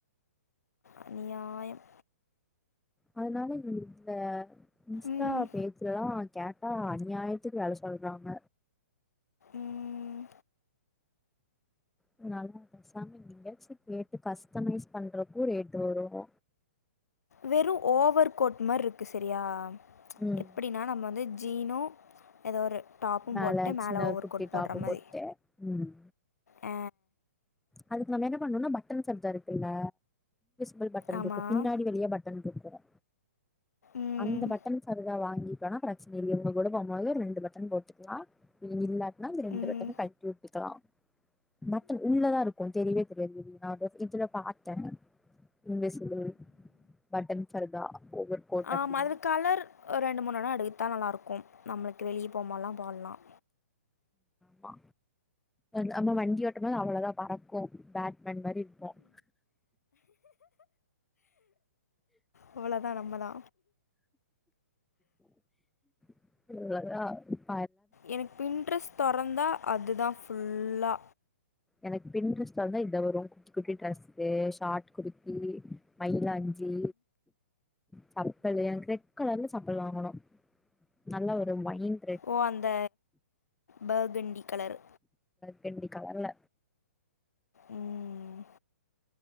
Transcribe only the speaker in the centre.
அதனால இந்த இன்ஸ்டா
பேஜ்லல்லாம் கேட்டா அநியாயத்துக்கு வெல சொல்றாங்க
அதனால பேசாம எங்கியாச்சும் கேட்டு கஸ்டமைஸ் பண்றகு ரேட்டு வரும்
ம்
மேல
சின்ன
ஒரு குட்டி
டாப்பு
போட்டு ம்
அதுக்கு நம்ம என்ன பண்ணோம்னா பட்டன் ஃப்பர்தா இருக்குல்ல மல் பட்டன்
இருக்கும் பின்னாடி வழியா பட்டன் இருக்கும்
அந்த பட்டன் ஃப்பர்தா வாங்கிட்டோனா பிரச்சன இல்ல இவங்க கூட போம்போது ரெண்டு பட்டன் போட்டுக்கலா இவங்க இல்லாட்டுனா ரெண்டு
பட்டன் கழட்டி விட்டுக்கலா பட்டன் உள்ளதா இருக்கும் தெரியவே தெரியது வெளில நா இதுல பாத்தே இன்விசிபில் பட்டன் ஃப்பர்தா ஓவர் கோட்
அப்டின்னு
ஆமா நம்ம வண்டி ஓட்டும் போது அவ்வளதா பறக்கு பேட்மேன் மாரி இருப்போம்
சொ <unintelligible>
எனக்கு பின் ட்ரெஸ் தொறந்தா இதுதா வரும் குட்டி ட்ரெஸ்சு ஷார்ட் குர்த்தி மயிலாஞ்சி சப்பல் எனக்கு ரெக் கலர்ல சப்பல் வாங்கணு நல்லா ஒரு ஒயின்
வெண்டி கலர்ல